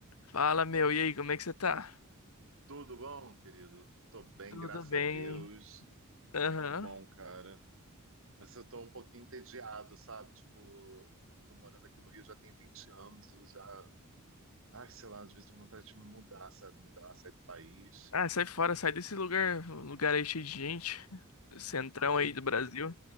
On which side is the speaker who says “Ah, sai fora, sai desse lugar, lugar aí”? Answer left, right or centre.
Left